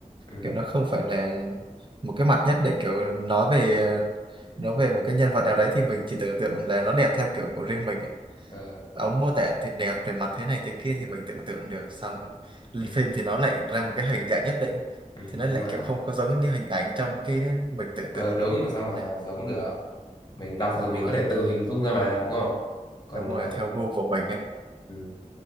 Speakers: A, on the left; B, on the right.
A: ừ
B: kiểu nó không phải
A: ừ.
B: là một cái mặt nhất định kiểu nói về nói về một cái nhân vật nào đấy thì mình chỉ tưởng tượng là nó đẹp theo kiểu của riêng mình ấy.
A: Ờ,
B: ông mô tả thì đẹp về mặt thế này thế kia thì mình tưởng tượng được xong lên
A: ừ, ừ,
B: phim thì nó lại ra một cái hình dạng nhất định
A: ừ.
B: thì nó
A: nhưng
B: lại
A: mà
B: kiểu không có giống như hình ảnh trong cái mình tưởng
A: Ờ
B: tượng
A: đúng là sao mà
B: đấy
A: giống được. Mình đọc
B: đúng
A: rồi mình
B: rồi
A: có thể tự hình dung ra mà đúng không? Còn
B: đúng rồi
A: ờ,
B: theo gu của mình ấy
A: ừ.